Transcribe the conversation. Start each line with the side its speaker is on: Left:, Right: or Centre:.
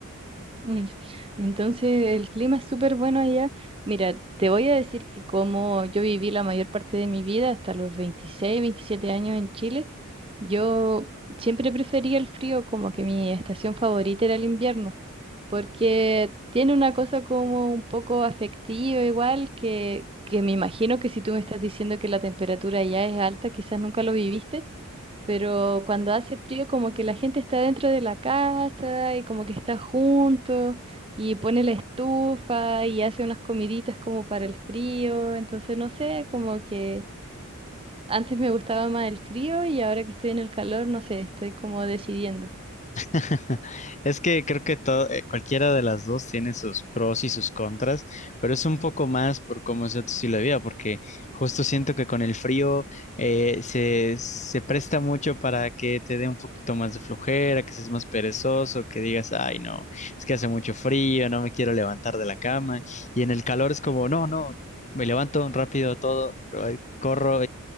Right: Mm, Entonces el clima es súper bueno allá. Mira, te voy a decir que como yo viví la mayor parte de mi vida, hasta los 26, 27 años en Chile, yo siempre prefería el frío, como que mi estación favorita era el invierno, porque tiene una cosa como un poco afectiva igual, que, que me imagino que si tú me estás diciendo que la temperatura allá es alta, quizás nunca lo viviste, pero cuando hace frío como que la gente está dentro de la casa y como que está junto y pone la estufa y hace unas comiditas como para el frío, entonces no sé, como que antes me gustaba más el frío y ahora que estoy en el calor, no sé, estoy como decidiendo.
Left: <laughs> Es que creo que todo, eh, cualquiera de las dos tiene sus pros y sus contras, pero es un poco más por cómo es tu estilo de vida, porque justo siento que con el frío eh, se, se presta mucho para que te dé un poquito más de flojera, que seas más perezoso, que digas, ay, no, es que hace mucho frío, no me quiero levantar de la cama, y en el calor es como, no, no, me levanto rápido todo, ay, corro